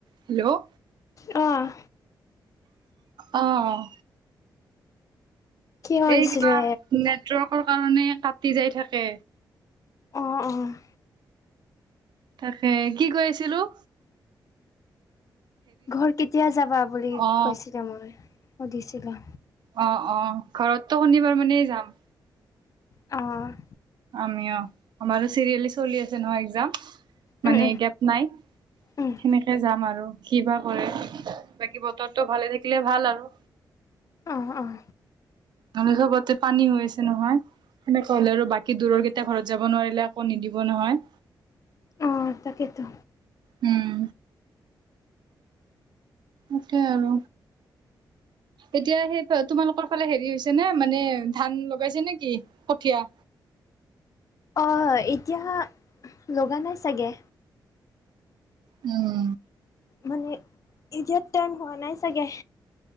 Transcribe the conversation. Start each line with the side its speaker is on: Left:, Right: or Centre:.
Right: Hello অ',
Left: অহ
Right: অ'।
Left: কি হৈছিলে
Right: এই কিবা নেটৱৰ্কৰ কাৰণে কাটি যায় থাকে।
Left: অ', অ'।
Right: তাকে কি কৈ আছিলোঁ?
Left: ঘৰ কেতিয়া যাবা বুলি
Right: অ
Left: কৈছিলা মই, সুধিছিলা।
Right: অ', অ' ঘৰতটো শনিবাৰ মানেই যাম।
Left: অ'।
Right: আমি অ', আমাৰো চিৰিয়েলি চলি আছে নহয় একজাম।
Left: উম
Right: মানে গেপ নাই।
Left: উম উম
Right: সেনেকে যাম আৰু। কি বা কৰে। বাকী বতৰটো ভালে থাকিলে ভাল আৰু।
Left: অহ অহ।
Right: ধনেশ্বৰ ঘৰত যে পানী হৈ আছে নহয়। সেনেকা হ'লে আৰু বাকী দূৰৰকেইটা ঘৰত যাব নোৱাৰিলে আকৌ নিদিব নহয়।
Left: অ', তাকেইটো।
Right: উম। তাকে আৰু। এতিয়া সেই ফা তোমালোকৰ ফালে হেৰি হৈছে। নে মানে ধান লগাইছে নে কি কঠীয়া?
Left: অ', এতিয়া লগা নাই চাগে।
Right: উম।
Left: মানে এতিয়া টাইম হোৱা নাই চাগে।